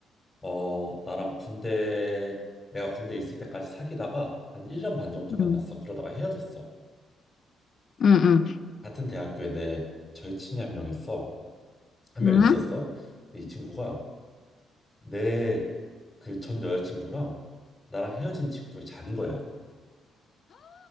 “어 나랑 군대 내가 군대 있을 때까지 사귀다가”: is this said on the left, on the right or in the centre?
Left